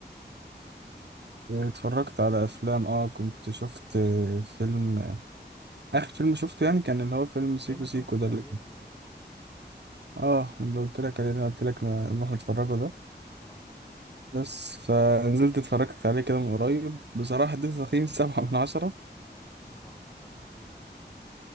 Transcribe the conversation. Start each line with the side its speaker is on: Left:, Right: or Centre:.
Right: اتفرجت على افلام اه كنت شفت آه، فيلم اخر فيلم شفته يعني كان اللي هو فيلم
Left: زي
Right: سيكو
Left: ما انت
Right: سيكو
Left: ما كنت
Right: ده اللي
Left: قايل لي اه
Right: اه اللي قلت لك عليه اللي قلت لك ما- نروح نتفرجه ده
Left: اه
Right: بس فنزلت اتفرجت عليه كده من قريب بصراحة اديته تقييم <laughs> سبعة من عشرة
Left: سبعة من عشرة ليه يا عم